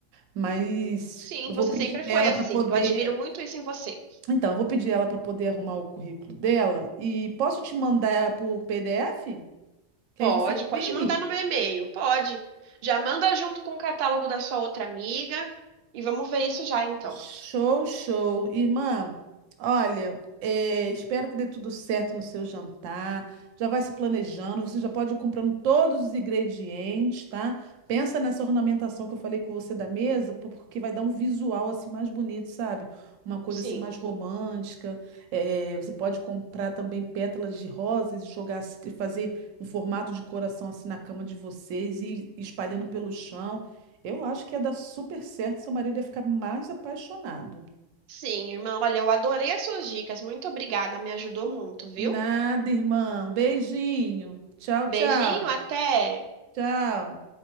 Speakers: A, on the right (about 85°); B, on the right (about 60°).
A: Mas
B: Sim,
A: eu
B: você
A: vou pedir
B: sempre foi
A: a ela
B: assim.
A: para poder.
B: Eu admiro muito isso em você.
A: Então, eu vou pedir ela para poder arrumar o currículo dela. E posso te mandar por PDF? Que
B: Pode,
A: aí você imprime?
B: pode mandar no meu e-mail, pode. Já manda junto com o catálogo da sua outra amiga e vamos ver isso já então.
A: Show, show. Irmã, olha, eh, espero que dê tudo certo no seu jantar. Já vai se planejando, você já pode ir comprando todos os ingredientes, tá? Pensa nessa ornamentação que eu falei com você da mesa, po- porque vai dar um visual assim mais bonito, sabe? Uma coisa
B: Sim,
A: assim mais romântica. Eh, você pode comprar também pétalas de rosas e jogar, assim, fazer um formato de coração assim na cama de vocês e espalhando pelo chão. Eu acho que ia dar super certo, seu marido ia ficar mais apaixonado.
B: sim, irmã. Olha, eu adorei as suas dicas. Muito obrigada, me ajudou muito, viu?
A: Nada, irmã. Beijinho. Tchau,
B: Beijinho,
A: tchau.
B: até.
A: Tchau.